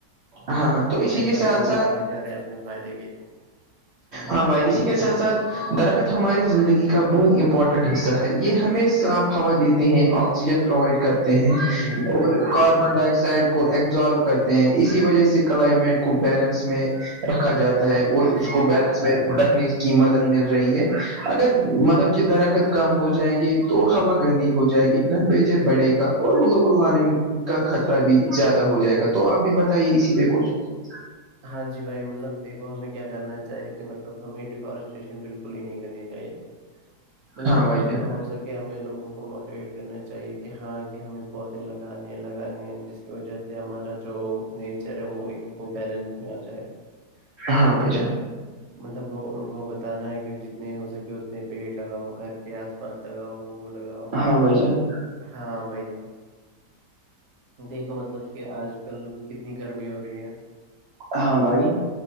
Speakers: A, on the right (about 80°); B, on the right (about 60°).
A: ہاں ہاں تو اسی
B: جنگل
A: کے ساتھ
B: کو
A: ساتھ
B: کاٹتے جا رہے ہیں اپنے فائدے کے لیے
A: ہاں بھائی اسی کے ساتھ ساتھ درخت ہماری زندگی کا بہت امپورٹنٹ حصہ ہے یہ ہمیں صافپ ہوا دیتے ہیں آکسیجن پرووائڈ کرتے ہیں
B: جی
A: اور
B: بھائی جی
A: کاربن
B: بھائی
A: ڈائی آکسائڈ کو ایبزارو کرتے ہیں اسی وجہ سے کلائمیٹ کو بیلنس میں رکھا جاتا اور
B: جی
A: اس کو
B: بھائی
A: بیلنس
B: جی بھائی
A: میں رکھنی کی مدد مل رہی ہے اگر مطلب کہ درخت کم ہو جائیں گے تو ہوا گندی ہو جائے گی ٹیمپریچر بڑے گا اور گلوبل وارمنگ کا خطرہ بھی زیادہ ہو جائے گا تو آپ بھی ب کہیے اسی پہ کچھ اسی پہ کچھ
B: ہاں جی بھائی مطلب دیکو ہمیں کیا کرنا چاہیے کہ مطلب ہمیں ڈیفاریسٹیشن بالکل نہیں کرنی چاہیے مطلب
A: ہاں بھائی
B: جتنا
A: جان
B: ہو سکے کہ ہمیں لوگوں کو موٹیویٹ کرنا چاہیے کہ ہاں کہہ ہمیں پودے لگانے ہیں لگانے ہیں جس کی وجہ سے ہمارا جو نیچر ہے وہ ایک بیلنس آ جائے
A: ہاں بھائی جان
B: مطلب ان کو بتانا ہے کہ جتنے ہو سکے اتنے پیڑ لگاؤ گھر کے آس پاس لگاؤ وہ لگاؤ
A: ہاں بھائی جان
B: ہاں بائی دیکھو مطلب کہ آج کل کتنی گرمی ہو رہی ہے
A: ہاں بھائی